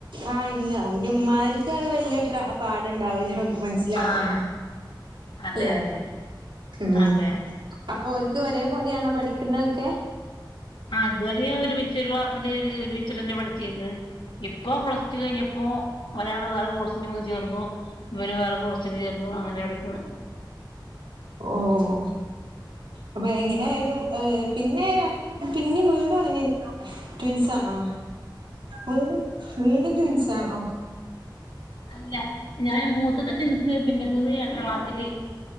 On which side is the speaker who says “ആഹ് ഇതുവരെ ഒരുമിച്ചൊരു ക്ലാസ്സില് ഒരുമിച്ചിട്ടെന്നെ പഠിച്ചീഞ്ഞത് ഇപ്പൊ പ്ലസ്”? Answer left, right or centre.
Left